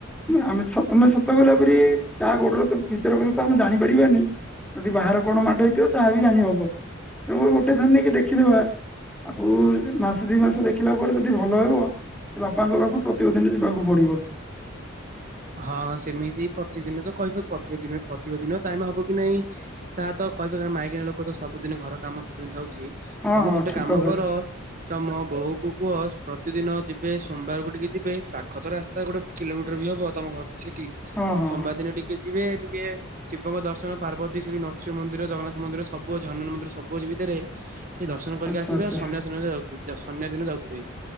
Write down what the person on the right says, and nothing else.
ହଁ ସେମିତି ପ୍ରତିଦିନ ତ କହିବେ ପ୍ରତ୍ୟେକ ଦିନ ପ୍ରତିକ ଦିନ ଟାଇମ୍ ହବ କି ନାଇଁ ତା ତ କହିବେ <unintelligible> ମାଇକିନା ଲୋକ ତ ସବୁଦିନେ ଘର କାମ ସବୁଦିନ <unintelligible>
ତମେ
ଗୋଟେ
କାମ
କର ତମ ବୋଉକୁ କୁହ ପ୍ରତିଦିନ ଯିବେ ସୋମବାରକୁ ଟିକେ ଯିବେ ପାଖ ତ ରାସ୍ତା ଗୋଟେ କିଲୋମିଟର ବି ହବ ତମ ଘରକୁ ସେଠି
ସୋମବାର ଦିନ ଟିକେ ଯିବେ ଟିକେ ଶିବଙ୍କ ଦର୍ଶନ ପାର୍ବତୀ ଶ୍ରୀ ନରସିଂହ ମନ୍ଦିର ଜଗନ୍ନାଥ ମନ୍ଦିର ସବୁ ଅଛି ହନୁମାନ ମନ୍ଦିର ସବୁ ଅଛି ଭିତରେ। ଦର୍ଶନ କରିକି
ଆସିବା
<unintelligible> ସନ୍ନ୍ୟା ଦିନ ଯାଉଥିବେ।